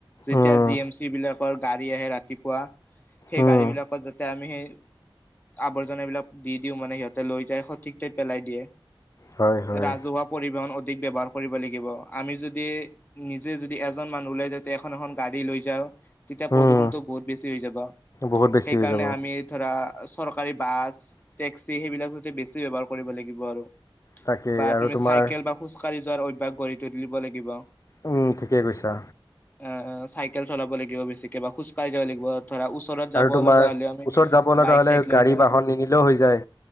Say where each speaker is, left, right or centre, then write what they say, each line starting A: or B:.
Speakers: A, on the left; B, on the left.
A: যেতিয়া
B: উম
A: জি এম চি বিলাকৰ গাড়ী আহে ৰাতিপুৱা। সেই
B: উম
A: গাড়ী বিলাকত যাতে আমি সেই আৱৰ্জনা এইবিলাক দি দিও মানে সিহতে লৈ যায় সঠিক ঠাইত পেলাই দিয়ে
B: হয় হয়
A: ৰাজহুৱা পৰিবহন অ ব্যৱহাৰ কৰিব লাগিব আমি যদি নিজে যদি এজন মানুহ লৈ যা এখন এখন গাড়ী লৈ যাওঁ। তেতিয়া প্ৰদূষণতটো
B: উম
A: বহুত বেছি হৈ যাব
B: বহুত বেছি
A: সেইকাৰণে
B: হৈ যাব
A: আমি ধৰা। চৰকাৰী বাছ টেক্সি সেইবিলাক যাতে বেছি ব্যৱহাৰ কৰিব লাগিব আৰু।
B: তাকেই
A: বা
B: আৰু
A: তুমি
B: তোমাৰ
A: চাইকেল বা খোজ কঢ়ি যোৱাৰ অভ্যয়াস গঢ়ি তুলি দিব লাগিব।
B: উম! ঠিকেই কৈছা।
A: অ চাইকেল চলাব লাগিব বেছিকে বা খোজকাঢ়ি যাব লাগিব। ধৰা ওচৰত যাব
B: আৰু তোমাৰ
A: লগা হলেও আমি
B: ওচৰত যাব লগা
A: বাইক
B: হ'লে
A: চাইক লৈ
B: গাড়ী
A: যায়
B: বাহন নিনিলেও হৈ যায়